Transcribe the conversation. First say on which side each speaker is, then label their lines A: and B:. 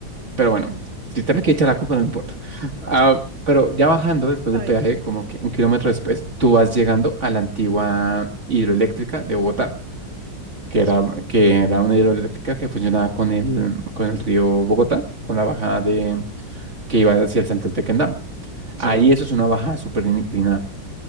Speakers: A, on the right; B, on the right.
A: Pero bueno,
B: Ujú.
A: si usted me quiere echar la culpa, no me importa. Ah, pero ya bajando después
B: A
A: del
B: ver,
A: peaje, como que un kilómetro después, tú vas llegando a la antigua hidroeléctrica de Bogotá. que era,
B: sí,
A: que era una hidroeléctrica que funcionaba con el, con el río Bogotá, con la bajada de, que iba hacia el Central Tequendama.
B: sí,
A: Ahí eso es una bajada súper inclinada.